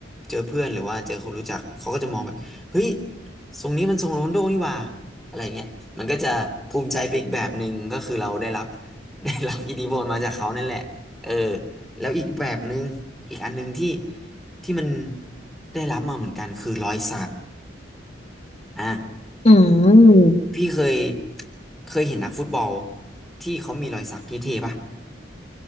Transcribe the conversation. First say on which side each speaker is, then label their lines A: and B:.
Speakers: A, in the centre; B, on the left.
A: เจอเพื่อนหรือว่าเจอคนรู้จักเขาก็จะมองแบบเฮ้ยทรงนี้มันทรงโรนลโดนี่หว่าอะไรเงี้ยมันก็จะภูมิใจไปอีกแบบหนึ่งก็คือเราได้รับ <laughs> ได้รับอิทธิพลมาจากเขานั่นแหละเออแล้วอีกแบบหนึ่งอีกอันหนึ่งที่ ที่มันได้รับมาเหมือนกันคือรอยสักอ่ะ
B: อืม
A: พี่เคยเคยเห็นนักฟุตบอลที่เขามีรอยสักเท่ๆป่ะ